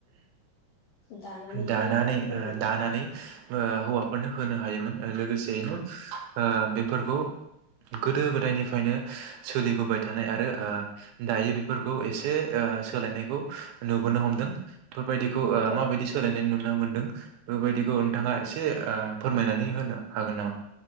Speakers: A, on the left; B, on the right.
A: दानानैहाय
B: दानानै ओ
A: जों
B: दानानै। ओ हौवाफोरनो होनो हायोमोन लोगोसेयैनो ओ बेफोरखौ गोदो गोदायनिफ्रायनो सोलिबोबाय थानाय आरो ओ दायो बेफोरखौ एसे ओ सोलायनायखौ नु बोनो हमदों बेफोरबायदिखौ ओ
A: औ
B: माबायदि सोलायनाय नुनो मोन्दों बेबायदिखौ नोंथांङा एसे ओ फोरमायनानै होनो हागोन नामा